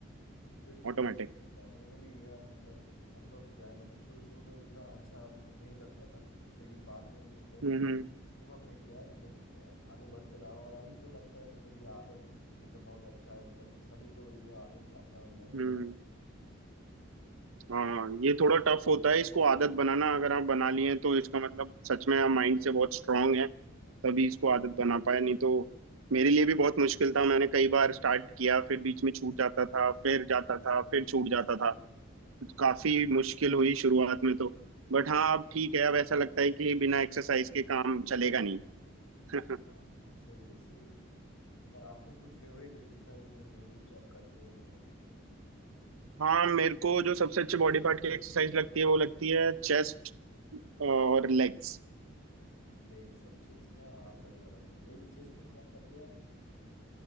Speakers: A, on the left; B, on the right.
A: बिल्कुल
B: ऑटोमेटिक
A: बिल्कुल सही कहा मैंने भी यह मतलब अनुभव किया है मतलब शुरू शुरू में उतना अच्छा नहीं लगता था लेकिन बाद में मतलब
B: Hmm
A: मैं गिव अप नहीं किया मतलब अ, आगे बढ़ते रहा और अभी तो लगता है मतलब ये आदत मतलब बहुत अच्छा है मतलब हाँ, सभी को ये आदत अपना ले-
B: hmm
A: लेना चाहिए
B: हाँ ये थोड़ा टफ होता है इसको आदत बनाना अगर आप बना लिए हैं तो इसका मतलब सच में आप माइंड से बहुत स्ट्रांग हैं तभी इसको आदत बना पाया नहीं तो मेरे लिए भी बहुत मुश्किल था मैंने कई बार स्टार्ट किया फिर बीच में छूट जाता था फिर जाता था फिर छूट जाता था काफी मुश्किल हुई शुरुआत में तो बट हाँ अब ठीक है अब ऐसा लगता है कि बिना एक्सरसाइज के काम चलेगा नहीं <laughs>
A: हाँ हाँ, सही है सही है और आपका कुछ फेवरेट एक्सरसाइज है जो कुछ आप करते हैं मतलब
B: हाँ मेरे को जो सबसे अच्छी बॉडी पार्ट की एक्सरसाइज लगती है वो लगती है चेस्ट और लेग्स
A: लेग्स और चेस्ट ना हाँ बढ़िया बढ़िया लेग चेस्ट में क्या करते हैं